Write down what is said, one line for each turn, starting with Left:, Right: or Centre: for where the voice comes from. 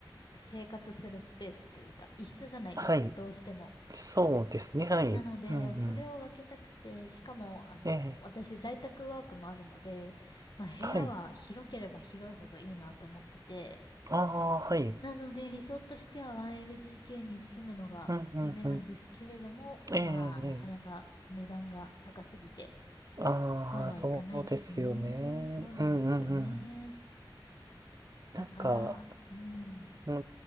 Left: 生活するスペースというか一緒じゃないですか、
Right: はい。
Left: どうしても。
Right: そうですね、はい。
Left: なので、
Right: うん、
Left: それを分けたくて、
Right: うん。
Left: しかも、あの、
Right: ええ、
Left: 私、在宅ワークもあるので、まあ、部屋は広ければ広いほどいいなと思ってて、
Right: はい。ああ、はい。
Left: なので、理想としては 1LDK に住むのが夢なんですけれども、
Right: うん、うん、うん。ええ、
Left: まあ、
Right: ええ。
Left: なかなか値段が高すぎて、
Right: ああ、
Left: そうはいかないですね。
Right: そうですよね。
Left: そうなんですよね。
Right: うん、うん、うん。なんか、
Left: だから、うん。
Right: うー